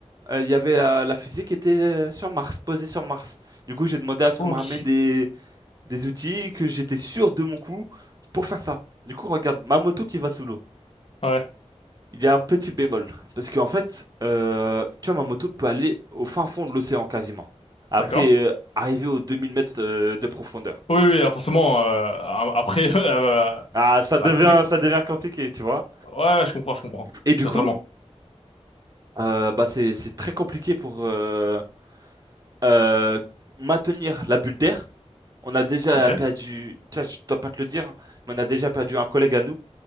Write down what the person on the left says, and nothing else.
Ok.
Ouais.
D'accord.
Oui oui alors forcément euh, a- après <laughs> elle va,
elle
va couler quoi.
Ouais je comprends je comprends.
Totalement.
Ok.